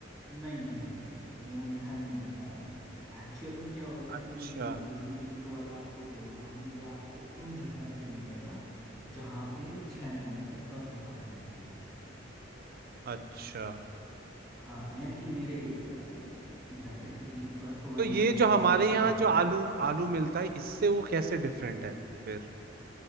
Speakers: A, in the centre; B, on the right.
A: नहीं नहीं नहीं नहीं वो मीठा नहीं होता है एक्चुअल में क्या होता है
B: अच्छा
A: कि ये जो मैं बेबी पिंक वाला आपको बोल रहा हूँ ये आपको उन जगहों पे मिलेगा जहाँ पे छः महीने तक बर्फ पड़ी रहती है
B: अच्छा
A: हाँ यानी कि मेरे एरिया पे इधर पे क्योंकि बर्फबारी
B: तो ये
A: वाला
B: जो हमारे
A: जो क्षेत्र
B: यहाँ
A: होगा
B: जो आलू आलू मिलता है इससे वो कैसे डिफरेंट है फिर